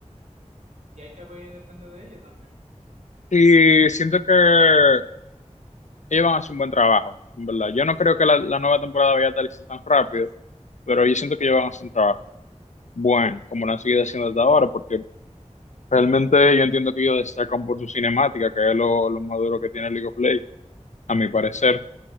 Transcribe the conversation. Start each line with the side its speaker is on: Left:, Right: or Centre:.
Right: y hay que ver, depende de ello también.
Left: Y siento que ellos van a hacer un buen trabajo, en verdad. Yo no creo que la, la nueva temporada vaya a estar tan rápido, pero yo siento que ellos van a hacer un trabajo bueno, como lo han seguido haciendo hasta ahora, porque realmente yo entiendo que ellos destacan por su cinemática, que es lo, lo más duro que tiene League of Legends, a mi parecer.